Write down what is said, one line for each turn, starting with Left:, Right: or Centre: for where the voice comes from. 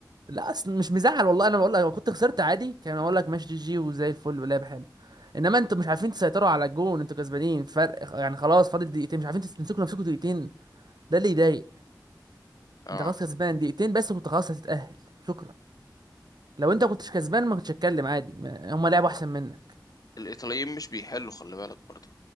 Right: لا اصل مش مزعل والله انا بقول لك لو كنت خسرت عادي كان اقول لك ماشي جي جي وزي الفل ولعب حلو انما انتوا مش عارفين تسيطروا على الجون انتوا كسبانين فرق يعني خلاص فاضل دقيقتين مش عارفين تمسكوا نفسكم دقيقتين ده اللي يضايق
Left: اه
Right: انت خلاص كسبان دقيقتين بس كنت خلاص هتتأهل شكرا لو انت كنتش كسبان ما كنتش هتكلم عادي ما- هما لعبوا احسن منك
Left: الإيطاليين مش بيحلوا خلي بالك برضه